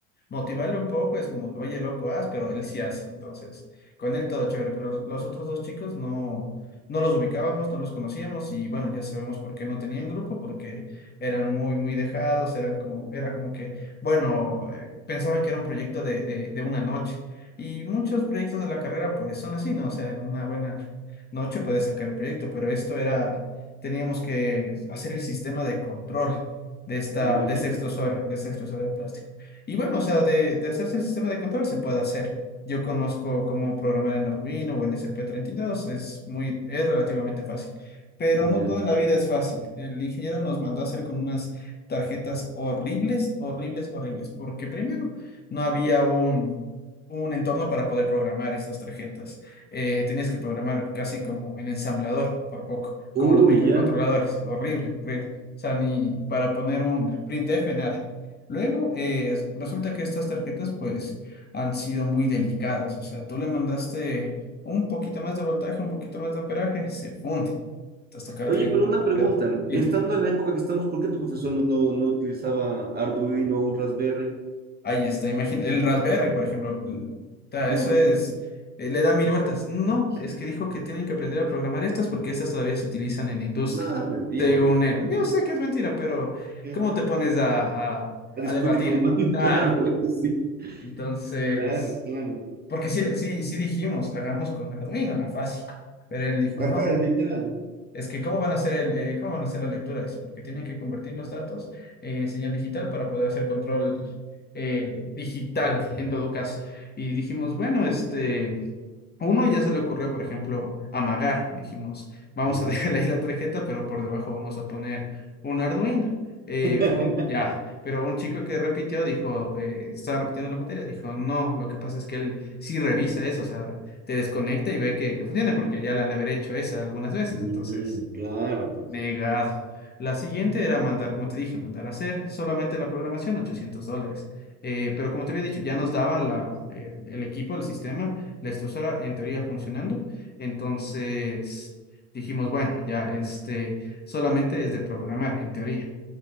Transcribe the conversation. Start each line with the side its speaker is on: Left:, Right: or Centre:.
Left: motivarle un poco, es como, oye, loco, haz, pero él sí hace. Entonces, con él todo chévere, pero los otros dos chicos no, no los ubicábamos, no los conocíamos y bueno, ya sabemos por qué no tenían grupo, porque eran muy, muy dejados, eran como, era como que, bueno, eh, pensaban que era un proyecto de, de, de una noche. Y muchos proyectos de la carrera pues son así, ¿no? O sea, en una buena noche puedes sacar el proyecto, pero esto era, teníamos que hacer el sistema de control de esta,
Right: Me imagino.
Left: de esta extrusora, de esta extrusora de plástico. Y bueno, o sea, de, de hacerse el sistema de control se puede hacer. Yo conozco cómo programar en Arduino o en S P treinta y dos es muy, es relativamente fácil. Pero
Right: Ya.
Left: no todo en la vida es fácil. El ingeniero nos mandó a hacer con unas tarjetas horribles, horribles, horribles, porque primero no había un, un entorno para poder programar estas tarjetas eh, tenías que programar casi como en ensamblador, por poco,
Right: Uy,
Left: como los microcontroladores.
Right: ya.
Left: Horrible, horrible. O sea, ni para poner un printf, nada. Luego, eh, resulta que estas tarjetas, pues, han sido muy delicadas. O sea, tú le mandaste un poquito más de voltaje, un poquito más de amperaje, se funde. Entonces tocaba
Right: Oye,
Left: tener
Right: pero una pregunta.
Left: cuidado. Dime.
Right: Estando en la época que estamos, ¿por qué tu profesor no, no, no utilizaba Arduino o un Raspberry?
Left: Ahí está, imagina, el Raspberry, por ejemplo, l- ta,
Right: Claro,
Left: eso es, eh, le da mil vueltas. No, es que dijo que tienen que aprender a programar estas porque estas todavía se utilizan en la industria,
Right: nada, mentira.
Left: según él.
Right: Imagínate,
Left: Yo sé que es mentira, pero
Right: ya,
Left: ¿cómo te pones a, a,
Right: A
Left: a
Right: discutir
Left: debatir?
Right: con el man, <laughs>
Left: Claro,
Right: claro, güey, sí,
Left: entonces,
Right: claro, claro.
Left: porque sí, sí, sí dijimos, hagamos con Arduino la fácil, pero él dijo,
Right: Ajá,
Left: no,
Right: literal.
Left: es que cómo van a hacer el, eh, cómo van a hacer la lectura, dice, porque tienen que convertir los datos eh, en señal digital para poder hacer control eh, digital en todo caso. Y dijimos, bueno, este, a uno ya se le ocurrió, por ejemplo, amagar. Dijimos, vamos
Right: Ujú.
Left: a <laughs> dejarle ahí la tarjeta, pero por debajo vamos a poner un Arduino. Eh,
Right: <laughs>
Left: un ya, pero un chico que repitió dijo, eh, estaba repitiendo la materia, dijo, no, lo que pasa es que él sí revisa eso, o sea, te desconecta y ve que, que funciona, porque ya la han de haber hecho esa algunas veces,
Right: Mm,
Left: entonces.
Right: claro, pues.
Left: Negado. La siguiente era mandar, como te dije, mandar a hacer solamente la programación, 800 dólares. Eh, pero como te había dicho, ya nos daban la, el, el equipo, el sistema, la extrusora en teoría funcionando. Entonces dijimos, bueno, ya este, solamente es de programar en teoría.